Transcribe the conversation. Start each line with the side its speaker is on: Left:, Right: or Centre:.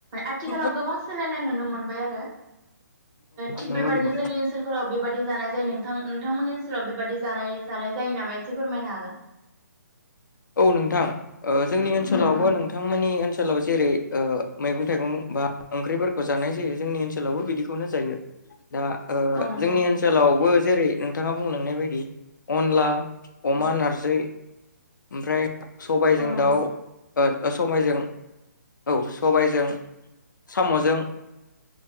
Right: आथिखालाव
Left: औ
Right: गोबां सोलायनाय नुनो मोनबाय आरो थिग
Left: नंगौ
Right: बेबादिनो
Left: नंगौ
Right: जोंनि ओनसोलफोराव बेबादि जानाय जायो नोंथां। नोंथांमोननि ओनसोलाव बेबादि जानाय, जानाय जायो नामा एसे फोरमायनो हागोन?
Left: औ नोंथां ओ जोंनि ओनसोलावबो नोंथांमोननि ओनसोलाव जेरै ओ मैगं थाइगं बा ओंख्रिफोरखौ जानाय जायो जोंनि ओनसोलावबो बिदिखौनो जायो। दा ओ
Right: औ नंगौ
Left: जोंनि ओनसोलावबो जेरै नोंथाङा बुंलांनाय बायदि अनला, अमा
Right: औ
Left: नारजि, ओमफ्राय- सबायजों
Right: औ नंगौ
Left: दाउ,। ओ-सबायजों औ सबायजों सामजों,